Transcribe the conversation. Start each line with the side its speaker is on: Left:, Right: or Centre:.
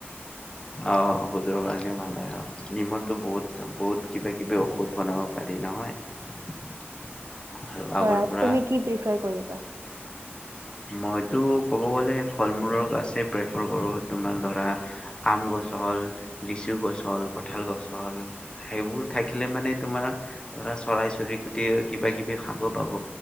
Left: অহ ঔষধৰ কাৰণে ভাল পায় অ। নিমনটো বহুত বহুত কিবা কিবি ঔষধ বনাব পাৰি নহয় আৰু আগৰ
Right: হয়
Left: পৰা
Right: তুমি কি প্ৰিফাৰ কৰিবা
Left: মইতো কব গলে ফল মূলৰ গছে প্ৰেফাৰ কৰো। তোমাৰ ধৰা আম গছ হল, লিচু গছ হল, কঠাল গছ হল সেইবোৰ, থাকিলে মানে তোমাৰ ধৰা চৰাই-চৰিকুটি, কিবা-কিবি খাব পাব।